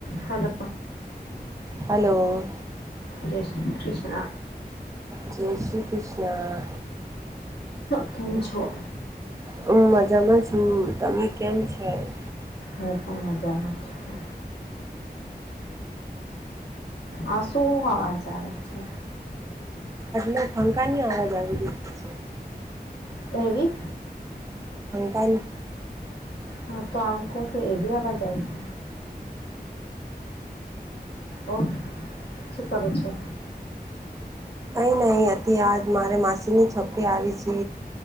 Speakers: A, on the left (about 80°); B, on the right (about 20°).
A: હલો
B: હલો
A: જય શ્રી કૃષ્ણ
B: જય શ્રી કૃષ્ણ.
A: કેમ છો?
B: હ મજામાં છું તમે કેમ છો દ કેમ છે આથી
A: હું પણ મજામાં છું આ શું અવાજ આવે છે?
B: એટલે ફંકાની અવાજ આવી રી છે.
A: હેવી
B: અંક
A: હા તો આમકહ કઈ એવી અવાજ આવી છે. ઓર સુપર અછા
B: કઈ નહ હતી આજ મારે માસીની છોકરી આવી છે